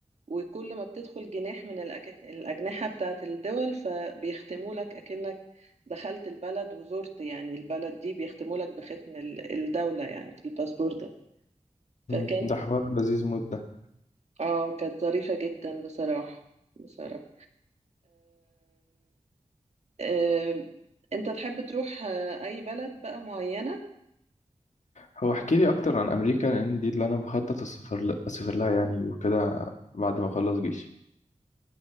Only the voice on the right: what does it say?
وكل ما بتدخل جناح من الأج- الأجنحة بتاعت الدول فبيختموا لك أكنك دخلت البلد وزرت يعني البلد دي بيختموا لك بختم ال- الدولة يعني في الباسبور ده فكانت
اه كانت ظريفة جدا بصراحة بصراحة آه، انت تحب تروح آه، اي بلد بقى معينة